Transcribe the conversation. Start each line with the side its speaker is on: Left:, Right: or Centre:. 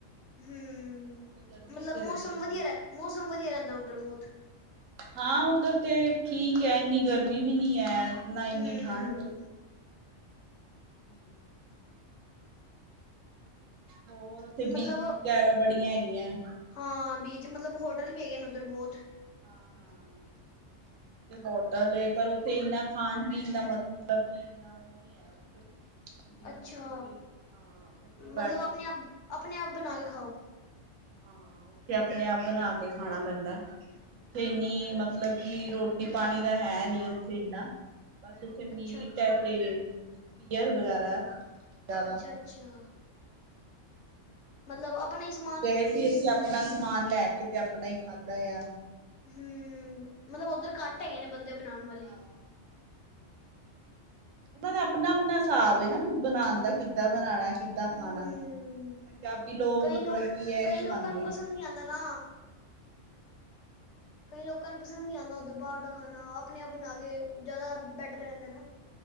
Left: ਹੂੰ,
Right: ਉੱਥੇ ਗਰਮੀ
Left: ਮਤਲਬ
Right: ਹੀ ਗਰਮੀ
Left: ਮੌਸਮ ਵਧੀਆ ਰੈ, ਮੌਸਮ ਵਧੀਆ ਰੈਂਦਾ ਉੱਧਰ ਬੋਤ।
Right: ਹਾਂ ਉੱਧਰ 'ਤੇ ਠੀਕ ਐ ਐਨੀ ਗਰਮੀ ਵੀ ਨੀ ਐ, ਨਾ ਐਨੀ
Left: ਹੂੰ।
Right: ਠੰਡ ਏ। ਹੂੰ। ਹੋਰ ਉੱਥੇ ਬੀਚ
Left: ਮਤਲਬ
Right: ਵਗੈਰਾ ਬੜੀਆਂ ਹੈਗੀ ਐ।
Left: ਹਾਂ ਬੀਚ ਮਤਲਬ ਹੋਟਲ ਵੀ ਹੈਗੇ ਨੇ ਉੱਧਰ ਬੋਤ।
Right: ਹਾਂ-ਹਾਂ। ਹੋਟਲ ਏ ਪਰ ਉੱਥੇ ਇੰਨਾ ਖਾਣ ਪੀਣ ਦਾ ਮਤਲਬ ਕਿ ਇੰਨਾ ਓ ਨੀ ਐ ਉੱਥੇ ਜਿਵੇਂ
Left: ਅੱਛਾ।
Right: ਉੱਥੇ ਕੋਈ ਆ ਉੱਥੇ
Left: ਮਤਲਬ
Right: ਬੈਠ
Left: ਆਪਣੇ ਆਪ ਆਪਣੇ ਆਪ ਬਣਾ ਕੇ ਖਾਓ।
Right: ਹਾਂ ਉੱਥੇ ਆਪਣੇ ਆਪ ਬਣਾ ਕੇ ਖਾਣਾ ਪੈਂਦਾ ਐ, ਉੱਥੇ ਇੰਨੀ
Left: ਅੱਛਾ।
Right: ਮਤਲਬ ਕਿ ਰੋ ਟੀ ਪਾਣੀ ਦਾ ਹੈ ਨੀ ਉੱਥੇ ਇੰਨਾ, ਬਸ ਉੱਥੇ ਮੀਟ
Left: ਅੱਛਾ ਅੱਛਾ।
Right: ਐ ਤੇ ਬੀਅਰ ਵਗੈਰਾ। ਜ਼ਿਆਦਾ।
Left: ਅੱਛਾ-ਅੱਛਾ। ਮਤਲਬ ਆਪਣੇ ਈ ਸ
Right: ਗਏ ਸੀ ਅਸੀਂ ਆਪਣਾ ਸਮਾਨ ਲੈ ਕੇ 'ਤੇ ਆਪਣਾ ਈ ਖਾਧਾ ਏ ਆ।
Left: ਹੂੰ ਮਤਲਬ ਉੱਧਰ
Right: ਆਟਾ
Left: ਘੱਟ
Right: ਵਗੈਰਾ
Left: ਹੈਗੇ ਨੇ ਬੰਦੇ ਬਣਾਣ ਵਾਲੇ।
Right: ਹਾਂ ਉਨਾਂ ਦਾ ਆਪਣਾ-ਆਪਣਾ ਹਿਸਾਬ ਏ ਨਾ ਬਣਾਣ ਦਾ ਕਿੱਦਾਂ ਬਣਾਣਾ ਐ ਕਿੱਦਾਂ
Left: ਹੂੰ,
Right: ਖਾਣਾ, ਪੰਜਾਬੀ ਲੋਕ
Left: ਕਈ
Right: ਮਤਲਬ ਕੀ ਐ
Left: ਕਈ
Right: ਨੀ ਖਾਂਦੇ।
Left: ਲੋਕਾਂ ਨੂੰ ਪਸੰਦ ਨਹੀਂ ਆਂਦਾ ਨਾ। ਕਈ ਲੋਕਾਂ ਨੂੰ ਪਸੰਦ ਨੀ ਆਂਦਾ ਉੱਧਰ ਬਾਰ ਦਾ ਖਾਣਾ ਆਪਣੇ ਆਪ ਬਣਾ ਕੇ ਜਿਆਦਾ ਬੈਟਰ ਰੈਂਦਾ ਨਾ।